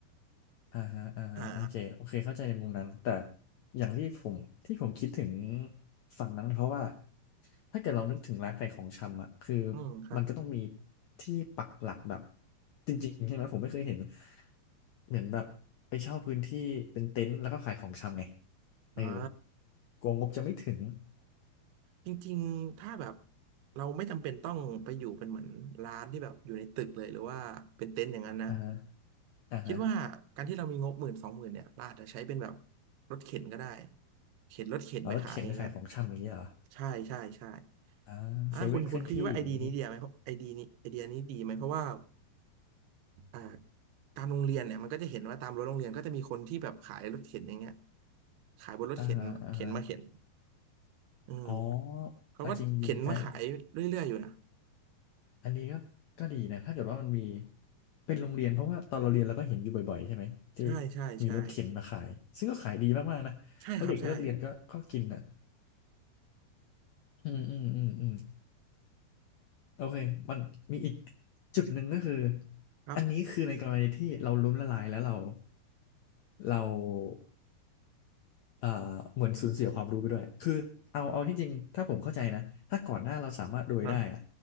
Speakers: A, on the left; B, on the right.
A: อ่าฮะอ่าฮะโอเคโอเคเข้าใจในมุมนั้นแต่
B: อ่า
A: อย่างที่ผมที่ผมคิดถึงฝั่งนั้นเพราะว่าถ้าเกิดเรานึกถึงร้านขายของชำอ่ะคือ
B: อืมครับ
A: มันก็ต้องมีที่ปักหลักแบบจริงๆใช่ไหมผมไม่เคยเห็นเหมือนแบบไปเช่าพื้นที่เป็นเต็นท์แล้วก็ขายของชำไงเออ
B: อ่า
A: กลัวงบจะไม่ถึง
B: จริงๆ ถ้าแบบเราไม่จำเป็นต้องไปอยู่เป็นเหมือนร้านที่แบบอยู่ในตึกเลยหรือว่าเป็นเต็นท์อย่างนั้นนะ
A: อ่าฮะอ่าฮะ
B: คิดว่าการที่เรามีงบหมื่นสองหมื่นเนี่ยเราอาจจะใช้เป็นแบบรถเข็นก็ได้เข็นรถเข็นไปขายอย่างเงี้ย
A: แล้วรถเข็นขายของชำอย่างเงี้ยเหรอ
B: ใช่ใช่ใช่
A: อ่าเซเว่นเคลื่อนที่อย่างงี้
B: อ่าคุณคุณคิดว่าไอเดียนี้ดีไหมเพราะไอเดียนี้ไอเดียนี้ดีไหมเพราะว่า อ่าตามโรงเรียนเนี่ยมันก็จะเห็นว่าตามรั้วโรงเรียนก็จะมีคนที่แบบขายรถเข็นอย่างเงี้ยขายบนรถเข็นเข็นมาเข็น
A: อ่าฮะอ่าฮะ
B: อืม
A: อ๋อ
B: เขาก็เข็นมาขายเรื่อยๆอยู่นะ
A: เอาจริงๆไอ้ อันนี้ก็ก็ดีนะถ้าเกิดว่ามันมีเป็นโรงเรียนเพราะว่าตอนเราเรียนเราก็เห็นอยู่บ่อยๆใช่ไหมที่
B: ใช่ใช่ใช่
A: มีรถเข็นมาขายซึ่งก็ขายดีมากๆนะเพราะเด็กเลิกเรียนก็ก็กินอ่ะ
B: ใช่ครับใช่
A: อืมอืมอืมอืมโอเคมันมีอีกจุดหนึ่งก็คือ
B: ครับ
A: อันนี้คือในกรณีที่เราล้มละลายแล้วเราเรา เอ่อเหมือนสูญเสียความรู้ไปด้วยคือเอาเอาที่จริงถ้าผมเข้าใจนะถ้าก่อนหน้าเราสามารถรวยได้อะ
B: ครับ